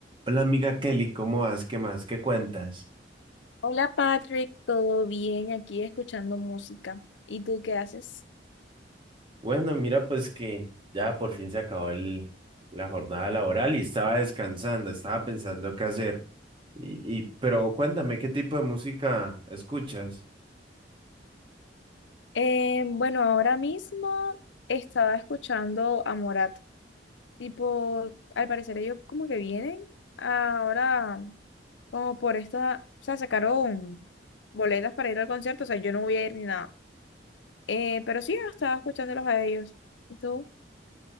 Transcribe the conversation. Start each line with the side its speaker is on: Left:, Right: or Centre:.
Right: Hola amiga Kelly, ¿cómo vas? ¿Qué más? ¿Qué cuentas?
Left: Hola Patrick, ¿todo bien? Aquí escuchando música. ¿Y tú qué haces?
Right: Bueno, mira, pues que ya por fin se acabó el- la jornada laboral y estaba descansando, estaba pensando qué hacer. Y, y- pero cuéntame, ¿qué tipo de música escuchas?
Left: Eh, bueno, ahora mismo estaba escuchando a Morat. Tipo, al parecer ellos como que vienen ahora como por esta, o sea, sacaron boletas para ir al concierto, o sea, yo no voy a ir ni nada. Eh, pero sí, estaba escuchándolos a ellos. ¿Y tú?